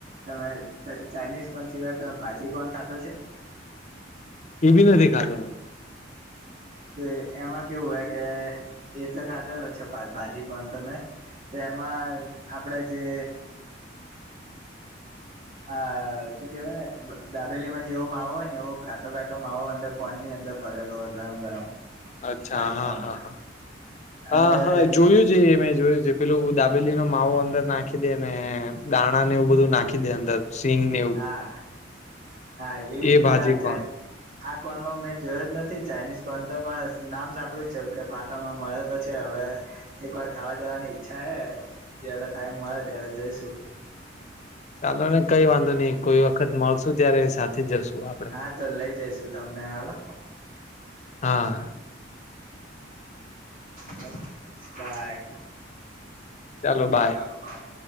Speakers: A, on the right; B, on the left.
A: તમે પછી ચાાઈનીઝ કોન સિવાય તમે ભાજી કોણ ખાધા છે?
B: એ બી નથી ખાતો મેં.
A: તો એમાં કેવું હો કે એ તો ખાધેલો છે ભાજી કન તમે. તેમાં આપડે જે આ શું કેવાય દાબેલીમાં જેવો માવો હોય ને એવો કાટો કાટો માવો અંદર પકવાન ની અંદર ભરેલો હોય ગરમ ગરમ.
B: અચ્છા
A: ભાજી
B: હા
A: કોનમાં
B: હા હા હા
A: અંદર
B: હા જોયું છે મેં જોયું છે. પેલું દાબેલી નો માવો અંદર નાખી દે ને દાણા ને એવું બધું નાખી દે અંદર. સિંઘને
A: હા હા એવી
B: એ
A: જ રીતે
B: ભાજી
A: આ ચ
B: કોણ
A: આ કોનમાં મેં જોયો જ નથી ચાઇનીઝ કોન તો પણ નામ સાંભળ્યું છે કે પાટામાં મળે તો છે હવે એક વાર ખાવા જવાની ઈચ્છા હે જયારે ટાઈમ મળે ત્યારે જઈશું.
B: ચાલો ને કઈ વાંધો નહી કોઈ વખત મળશું ત્યારે સાથે જશું આપડે.
A: હા તો લઈ જઈશુ તમને હાલો.
B: હા.
A: ચાલો બાય.
B: ચાલો બાય.
A: ચાલો બાય.